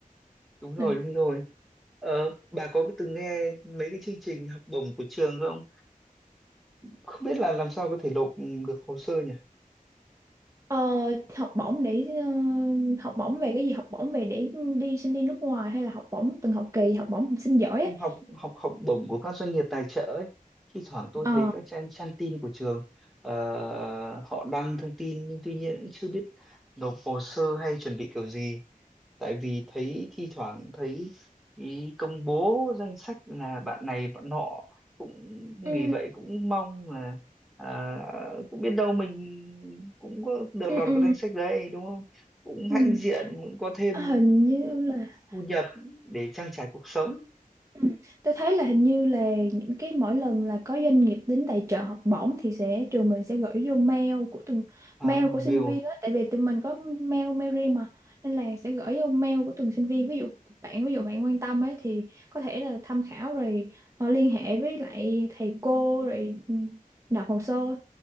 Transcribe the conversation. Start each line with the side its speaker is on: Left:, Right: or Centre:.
Centre: đúng rồi
Right: ừ.
Centre: đúng rồi ờ, bà có từng nghe mấy cái chương trình học bổng của trường không không biết là làm sao có thể nộp được hồ sơ nhỉ
Right: ờ, học bổng để ờ, học bổng về cái gì học bổng về để đi sinh đi nước ngoài hay là học bổng từng học kỳ học bổng học sinh giỏi
Centre: không
Right: ấy
Centre: học học học bổng của các doanh nghiệp tài trợ ấy thi thoảng tôi
Right: ờ
Centre: thấy các trang trang tin của trường ờ, họ đăng thông tin nhưng tuy nhiên cũng chưa biết nộp hồ sơ hay chuẩn bị kiểu gì tại vì thấy thi thoảng thấy ý công bố danh sách là bạn này bạn nọ cũng
Right: ừ
Centre: vì vậy cũng mong là à, cũng biết đâu mình cũng có được
Right: ừ
Centre: lọt
Right: ừ
Centre: vào danh sách đấy đúng không cũng
Right: ừ
Centre: hãnh diện cũng có thêm
Right: À, hình như là
Centre: thu nhập để trang trải cuộc sống
Right: Ừ. Tôi thấy là hình như là những cái mỗi lần là có doanh nghiệp đến tài trợ học bổng thì sẽ trường mình sẽ gửi vô mail của từng
Centre: À,
Right: mail của sinh
Centre: mail
Right: viên á tại vì tụi mình có mail mail riêng mà nên là sẽ gửi vô mail của từng sinh viên ví dụ bạn ví dụ bạn quan tâm ấy thì có thể là tham khảo rồi ờ, liên hệ với lại thầy cô rồi ừ, nộp hồ sơ